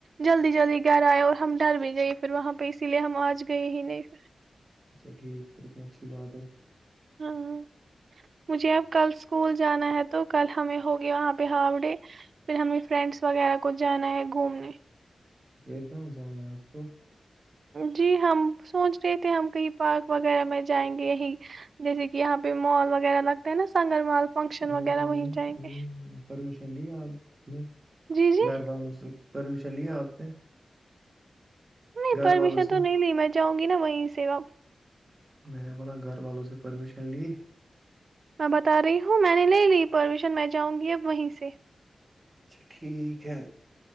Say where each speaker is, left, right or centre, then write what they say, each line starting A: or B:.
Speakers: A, on the right (about 70°); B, on the right (about 30°).
A: جلدی جلدی گھر آئے اور ہم ڈل بھی گئے پھر وہاں پہ اسی لیے ہم آج گئے ہی نہیں پھر
B: اچھا ٹھیک پھر تو اچھی بات ہے
A: ہاں مجھے اب کل اسکول جانا ہے تو کل ہمیں ہوگی وہاں پہ ہاف ڈے پھر ہمیں فرینڈس وغیرہ کو جانا ہے گھومنے
B: پھر کہاں جانا ہے آپ کو؟
A: جی ہم سوچ رہے تھے ہم کہیں پارک وغیرہ میں جائیں گے یہیں جیسے کہ یہاں پہ مال وغیرہ لگتا ہے نا سنگر مال فنکشن
B: ہمم
A: وغیرہ وہیں جائیں گے
B: پرمیشن لی آپ نے
A: جی جی
B: گھر والوں سے پرمیشن لی آپ نے
A: نہیں
B: گھر
A: پرمیشن
B: والوں سے
A: تو نہیں لی میں جاؤں گی نا وہیں سے اب
B: میں نے بولا گھر والوں سے پرمیشن لی
A: میں بتا رہی ہوں میں نے نہیں لی پرمیشن میں جاؤں گی اب وہیں سے
B: اچھا ٹھیک ہے